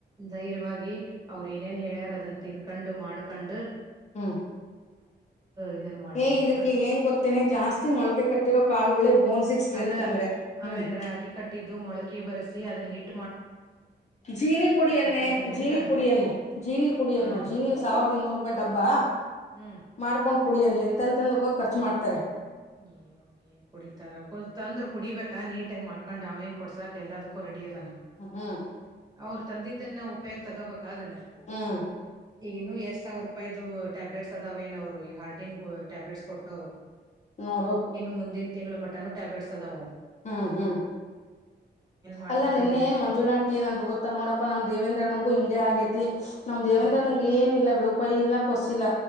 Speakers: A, on the right (about 20°); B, on the left (about 40°).
A: ದ್ಯೆರ್ಯವಾಗಿ ಅವ್ರು ಏನೇನ್ ಹೇಳ್ಯಾರ ಅದನ್ನ ತಿನ್ಕೊಂಡು ಮಾಡ್ಕೊಂಡು
B: <unintelligible>
A: ಇದನ್ ಮಾಡು
B: ಏ ಇದಕ್ಕೆ
A: ಅಂತ
B: ಏನ್ ಗೊತ್ತೇನೆ ಜಾಸ್ತಿ ಮೊಳಕೆ ಕಟ್ಟಿರೋ ಕಾಳುಗಳೇ ಬೋನ್ ಸಿಕ್ಸ್ ಸ್ಟ್ರೆಂತ
A: ಅದ
B: ಅಂದ್ರೆ
A: ಆಮೇಲೆ
B: ಹ್ಮ್
A: ರಾಗಿ ಕಟ್ಟಿದ್ದು ಮೊಳಕೆ ಬರೆಸಿ ಅದನ್ನ ಹಿಟ್ಟು
B: ಜೀನಿ ಕುಡಿಯನ್ನೇ
A: ತಗರಿ
B: ಜೀನಿ
A: ಅಂತಾರ
B: ಕುಡಿಯನ್ನು ಜೀನಿ ಕುಡಿಯನ್ನು
A: ಹಾ
B: ಜೀನಿ ಸಾವಿರದ ಇನ್ನೂರು ರು ಅಪ್ಪ ಡಬ್ಬಾ
A: ಹ್ಮ್
B: ಮಾಡ್ಕೊಂಡ್ ಕುಡಿಯಲ್ಲಿ ಎಂತಂತಂದ ಖರ್ಚು ಮಾಡ್ತಾರೆ.
A: ಹ್ಮ ಏನ್ ಕುಡಿತಾರ ತಂದ್ರ ಕುಡಿಬೇಕಾ ನೀಟಾಗಿ ಮಾಡ್ಕೊಂಡ್ ಅವ ಏನ್ ಕೊಡ್ಸಾಕ್ ಎಲ್ಲದಕ್ಕೂ ರೆಡಿ ಅದಾನೆ
B: ಹ್ಮ ಹ್ಮ್
A: ಅವರು ತಂದಿದ್ದನ್ನ ಉಪಯೋಗ ತಗೋಬೇಕ ಅದನ
B: ಹ್ಮ್
A: ಈಗ ಇನ್ನು ಎಷ್ಟ್ ಸಾವಿರ ರೂಪಾಯಿ ಇದು ಟ್ಯಾಬ್ಲೆಟ್ಸ್ ಅದಾವ ಏನ ಅವರು ಈಗ ಹಾರ್ಟಿನ್ ಟ್ಯಾಬ್ಲೆಟ್ಸ್ ಕೊಟ್ಟವ್ರು.
B: ನೋಡು.
A: ಇನ್ನು ಮುಂದಿನ ತಿಂಗಳು ಮಟನು ಟ್ಯಾಬ್ಲೆಟ್ಸ್ ಅದಾವು.
B: ಹ್ಮ್ ಹ್ಮ್
A: ಮಾಡ್ತಾರ
B: ಅಲ್ಲ ನಿನ್ನೆ
A: ಏನ್
B: ಮಂಜುಳಾಂಟಿ ಏನಂದ್ರು ಗೊತ್ತ? ನೋಡಪ್ಪಾ ನಮ್ ದೇವೇಂದ್ರಣ್ಣಗು ಹಿಗೆ ಆಗೇತಿ ನಮ ದೇವೇಂದ್ರಣ್ಣಗ
A: ಹ್ಮ್
B: ಏನ ಇಲ್ಲ ಬಿಡು ಕೊಯ ಇಲ್ನ ಕೊಸಿಲ್ಲ